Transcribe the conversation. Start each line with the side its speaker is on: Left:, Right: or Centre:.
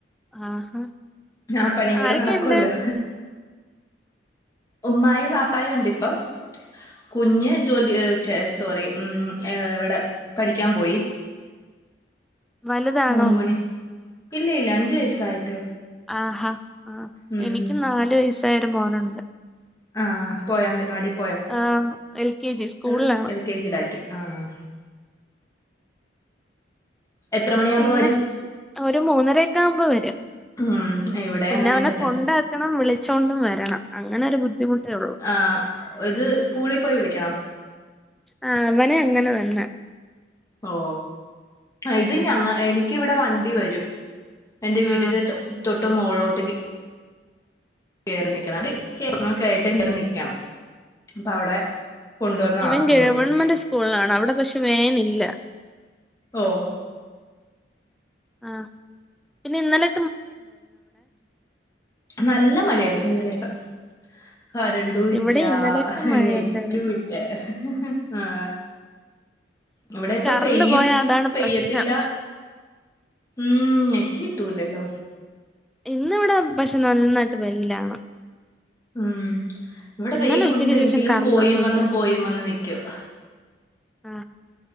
Centre: ആഹാ
Left: ആ പണിയും കൂടെ
Centre: ആരൊക്കെയുണ്ട്
Left: നടക്കുല്ലോ
Centre: <inaudible>
Left: ഉമ്മായും വാപ്പായും ഇണ്ട് ഇപ്പം കുഞ്ഞ് ജോലി ചേ സോറി മ് ഏ ഇവിടെ പഠിക്കാൻ പോയി
Centre: വലുതാണോ
Left: മൂന്ന് മണി ഇല്ല ഇല്ല അഞ്ച് വയസ്സായി
Centre: ആഹാ ആ
Left: ഉം
Centre: എനിക്കും നാല് വയസായൊരു മോനുണ്ട്
Left: ആഹ പോയോ അംഗൻവാടി പോയോ
Centre: ആഹ് എൽ കെ ജി സ്കൂളിലാണ്
Left: അത് എൽ കെ ജിയില ആഹ് എത്ര മണിയാവുമ്പോ
Centre: പിന്നെ
Left: വരും
Centre: ഒരു മൂന്നര ഒക്കെ ആവുമ്പോ വര
Left: ഉം ഇവിടെ
Centre: പിന്നെ
Left: അങ്ങനെയൊക്കെ
Centre: അവനെ
Left: തന്നെ
Centre: കൊണ്ടാക്കണം വിളിച്ചോണ്ടും വരണം അങ്ങനെ ഒരു ബുദ്ധിമുട്ടേ ഉള്ളൂ
Left: ആ ഇത് സ്കൂളിൽ പോയി വിളിക്കണോ
Centre: ആ അവനെ അങ്ങനെ തന്നെ
Left: ഓ ഇത് ഞങ്ങ എനിക്കിവിടെ വണ്ടി വരും എന്റെ വീടിന്റെ
Centre: ആ
Left: തൊട്ട് മോുകളിലോട്ട് കേറി നിക്കണം അങ്ങക്ക ആയിട്ട്ങ്ങറി നിക്കണം അപ്പൊ അവിടെ കൊണ്ടുവന്ന്
Centre: ഇവൻ
Left: ആക്കും
Centre: ഗവൺമെന്റ്
Left: കുഞ്ഞിനെ
Centre: സ്കൂളാണ് അവിടെ പക്ഷെ വേനില്ല
Left: ഓ
Centre: ആ പിന്നെ ഇന്നലെ
Left: നല്ല മഴയായിരുന്നു ഇന്നലേക്കെ കറണ്ടും ഇല്ല
Centre: ഇവിടെ ഇന്നലെയൊക്കെ മഴയുണ്ടായിരുന്നു
Left: നെറ്റും ഇല്ല ആ ഇവിടെ ഇപ്പ
Centre: കറണ്ട്
Left: പെയ്യും
Centre: പോയാ അതാണ്
Left: പെയ്യത്തില്ല
Centre: പ്രശ്നം
Left: ഉം ഞെട്ടി കിട്ടൂലല്ലോ
Centre: ഇന്ന് വിടെ പക്ഷെ നന്നായിട്ട് വെയിലാണ്
Left: ഉം ഇവിടെ
Centre: ഇന്നലെ
Left: വെയിൽ
Centre: ഉച്ചയ്ക്ക്
Left: ഉണ്ടെങ്കിലും
Centre: ശേഷം കറണ്ടൊന്നുല്ല
Left: പോയും വന്നും പോയും വന്ന നിക്കൂവ
Centre: ആ